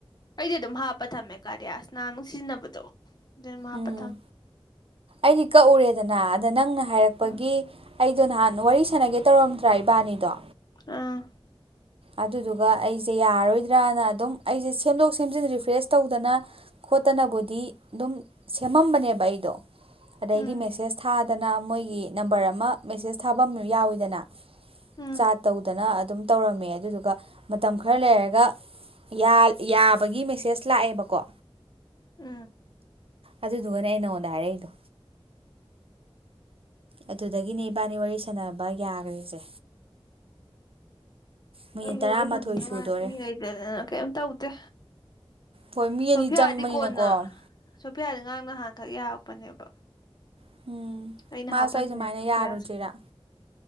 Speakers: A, on the left (about 45°); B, on the right (about 70°).
A: ꯑꯩꯗꯤ ꯑꯗꯨꯝ ꯍꯥꯞꯄ ꯊꯝꯃꯦ ꯀꯥꯔꯤꯌꯥꯁ ꯅꯍꯥꯟ ꯃꯨꯛ ꯁꯤꯖꯤꯟꯅꯕꯗꯣ ꯑꯗꯨ ꯑꯗꯨꯝ ꯍꯥꯞꯄ
B: ꯎꯝ
A: ꯊꯝꯃꯦ
B: ꯑꯩꯗꯤ ꯀꯛꯎꯔꯦꯗꯅ ꯑꯗ ꯅꯪꯅ ꯍꯥꯏꯔꯛꯄꯒꯤ
A: ꯎꯝ
B: ꯑꯩꯗꯣ ꯅꯍꯥꯟ ꯋꯥꯔꯤ ꯁꯥꯟꯅꯒꯦ ꯇꯧꯔꯝꯗꯔꯥ ꯏꯕꯥꯅꯤꯗꯣ
A: ꯑꯥ
B: ꯑꯗꯨꯗꯨꯒ ꯑꯩꯁꯦ ꯌꯥꯔꯣꯏꯗ꯭ꯔꯅ ꯑꯗꯨꯝ ꯑꯩꯁꯦ ꯁꯦꯝꯗꯣꯛ ꯁꯦꯝꯖꯤꯟ ꯔꯤꯐ꯭ꯔꯦꯁ ꯇꯧꯗꯅ ꯈꯣꯠꯇꯅꯕꯨꯗꯤ ꯑꯗꯨꯝ ꯁꯦꯝꯃꯝꯕꯅꯦꯕ ꯑꯩꯗꯣ ꯑꯗꯩꯗꯤ
A: ꯎꯝ
B: ꯃꯦꯁꯦꯁ ꯊꯥꯗ ꯗꯇꯅ ꯃꯣꯏꯒꯤ ꯅꯝꯕꯔ ꯑꯃ ꯃꯦꯁꯦꯁ ꯊꯥꯐꯝ ꯌꯥꯎꯋꯤꯗꯅ
A: ꯎꯝ
B: ꯆꯥꯠ ꯇꯧꯗꯅ ꯑꯗꯨꯝ ꯇꯧꯔꯝꯃꯦ ꯑꯗꯨꯗꯨꯒ ꯃꯇꯝ ꯈꯔ ꯂꯩꯔꯒ ꯌꯥ ꯌꯥꯕꯒꯤ ꯃꯦꯁꯦꯁ ꯂꯥꯛꯑꯦꯕꯀꯣ
A: ꯎꯝ
B: ꯑꯗꯨꯗꯨꯒꯅꯦ ꯑꯩ ꯅꯉꯣꯟꯗ ꯍꯥꯏꯔꯛꯏꯗꯣ ꯑꯗꯨꯗꯒꯤꯅꯦ ꯏꯕꯥꯅꯤ ꯋꯥꯔꯤ ꯁꯥꯟꯅꯕ ꯌꯥꯒ꯭ꯔꯤꯁꯦ ꯃꯤꯅꯤꯠ
A: ꯑꯩꯗꯤ
B: ꯇꯔꯥꯃꯥꯊꯣꯏ
A: ꯋꯥꯔꯤ ꯁꯅꯅꯤꯡꯉꯥꯏ
B: ꯁꯨꯗꯣꯔꯦ
A: ꯃꯤ ꯂꯩꯇꯗꯅ ꯀꯩꯝ ꯇꯧꯗꯦ
B: ꯍꯣꯏ ꯃꯤ
A: ꯁꯣꯐꯤꯌꯥꯗꯤ
B: ꯑꯅꯤ ꯆꯪꯕꯅꯤꯅꯀꯣ
A: ꯀꯣꯟꯅ ꯁꯣꯐꯤꯌꯥꯗꯤ ꯉꯥꯡ ꯅꯍꯥꯟꯈꯛ ꯌꯥꯔꯛꯄꯅꯦꯕ
B: <inaudible>
A: ꯑꯩꯅ
B: ꯃꯥꯁꯨ
A: ꯍꯥꯞꯄꯟꯕꯅꯦ
B: ꯑꯩ ꯁꯨꯃꯥꯏꯅ
A: ꯁꯦꯐꯤꯌꯥꯁꯨ
B: ꯌꯥꯔꯨꯗ꯭ꯔꯤꯔꯥ